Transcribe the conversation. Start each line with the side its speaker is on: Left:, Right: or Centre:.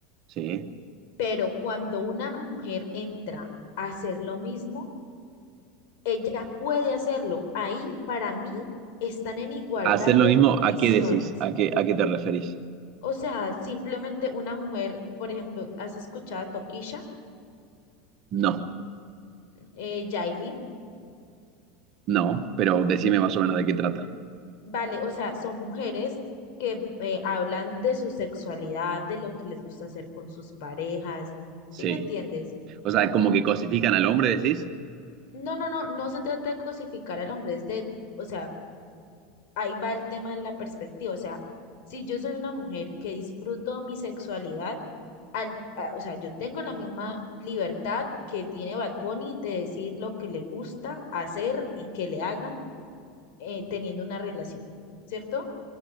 Right: sí.
Left: Pero cuando una mujer entra a hacer lo mismo, ella puede hacerlo. Ahí para mí están en igualdad
Right: Hacer
Left: de
Right: lo mismo,
Left: condiciones.
Right: ¿a qué decís? ¿A qué, a qué te referís?
Left: O sea, simplemente una mujer, por ejemplo, ¿has escuchado a Tokisha,
Right: No,
Left: eh, Yailin?
Right: no, pero decime más o menos de qué trata.
Left: Vale, o sea, son mujeres que eh, hablan de su sexualidad, de lo que les gusta hacer con sus parejas, ¿sí
Right: Sí.
Left: me entiendes?
Right: O sea, como que cosifican al hombre, decís.
Left: No, no, no, no se trata de cosificar al hombre, es de, o sea, ahí va el tema de la perspectiva. O sea, si yo soy una mujer que disfruto mi sexualidad, al, a- o sea, yo tengo la misma libertad que tiene Bad Bunny de decir lo que le gusta hacer y que le hagan eh, teniendo una relación, ¿cierto?